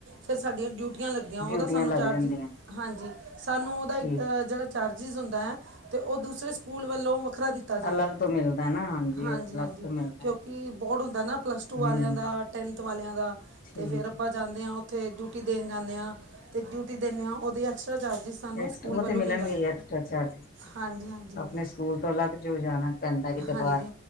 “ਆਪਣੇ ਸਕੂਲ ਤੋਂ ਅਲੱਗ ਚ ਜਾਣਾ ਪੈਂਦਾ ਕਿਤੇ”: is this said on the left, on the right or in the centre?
Left